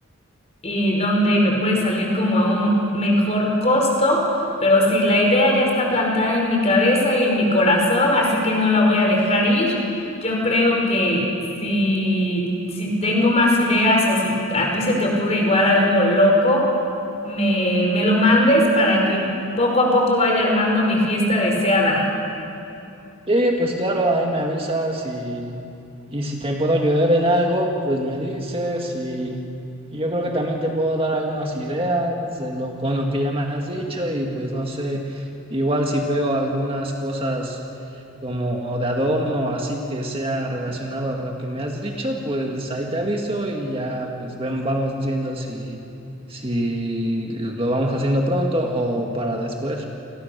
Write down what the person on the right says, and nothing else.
Y pues claro, ahí me avisas y, Y si te puedo ayudar en algo, pues me dices y, y yo creo que también te puedo dar algunas ideas de lo, con lo que ya me has dicho y pues no sé, igual si veo algunas cosas como de adorno, así que sea relacionado a lo que me has dicho, pues ahí te aviso y ya pues ven, vamos viendo si, si lo vamos haciendo pronto o para después.